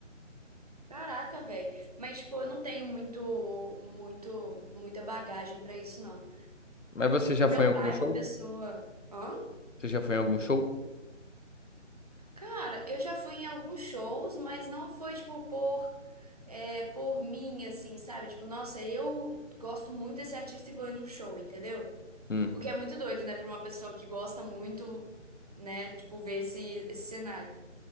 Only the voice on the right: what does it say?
Caraca, velho. Mas, tipo, eu não tenho muito, muito, muita bagagem pra isso, não.
Meu
pai
é uma pessoa. Hã?
Cara, eu já fui em alguns shows, mas não foi, tipo, por, é, por mim, assim, sabe? Tipo, nossa, eu gosto muito desse artista e vou ir num show, entendeu?
O que é muito doido, né, pra uma pessoa que gosta muito, né, tipo, ver esse, esse cenário.